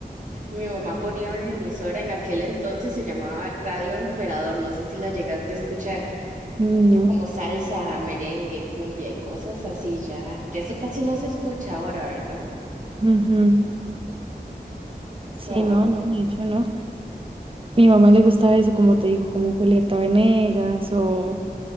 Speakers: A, on the right (about 50°); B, on the right (about 35°).
A: Mi mamá ponía una emisora en aquel entonces, se llamaba Radio Emperador, no sé si la llegaste a escuchar.
B: Mm,
A: Era
B: No.
A: como salsa, merengue, cumbia y cosas así, ya, ya eso casi no se escucha ahora, ¿verdad?
B: ujú.
A: Es
B: Sí,
A: como
B: no, no, de hecho no. Mi mamá le gustaba eso, como te digo, como Julieta Venegas o,